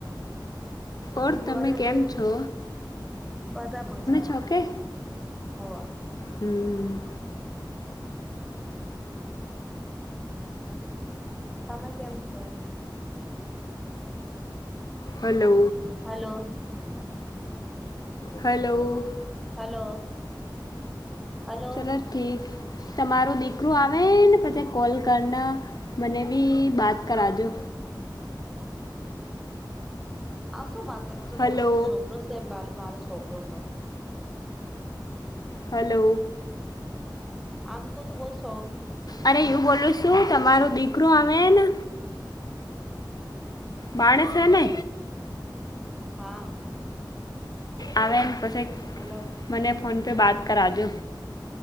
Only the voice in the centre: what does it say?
હ બધા
મજામાં
હો હો
તમે કેમ છો
hello <inaudible>
hello hello
આ શું માત્ર
બહ છભરું છે મા મારો છોકરો તો
આમ ક તો બહુ સ
હા
હલો